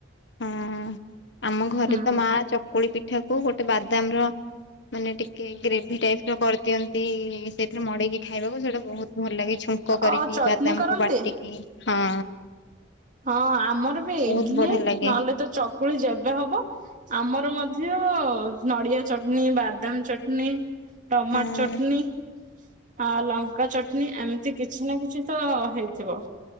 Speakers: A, on the left; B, on the right.
A: ହଁ ଆମ ଘରେ
B: ହୁଁ
A: ତ ମା ଚକୁଳି ପିଠାକୁ ଗୋଟେ ବାଦାମର ମାନେ ଟିକେ ଗ୍ରେଭି ଟାଇପର କରିଦିଅନ୍ତି ସେଇଥିରେ ମଡେଇକି ଖାଇବାକୁ ସେଇଟା ବହୁତ ଭଲ ଲାଗେ ଛୁଙ୍କ କରିକି
B: ଆଉ ଚଟନୀ
A: ବାଦାମକୁ
B: କରନ୍ତି?
A: ବାଟିକି ହଁ
B: ହଁ ଆମର ବି
A: ବହୁତ
B: ଇଡଲି
A: ବଢିଆ ଲାଗେ।
B: ନହେଲେ ତ ଚକୁଳି ଯେବେ ହବ। ଆମର ମଧ୍ୟ ନଡିଆ ଚଟନୀ ବାଦାମ ଚଟଣି। ଟମାଟ
A: ହଁ
B: ଚଟଣି। ଆ ଲଙ୍କା ଚଟଣିୀ ଏମିତି କିଛି ନା କିଛି ତ ହେଇଥିବ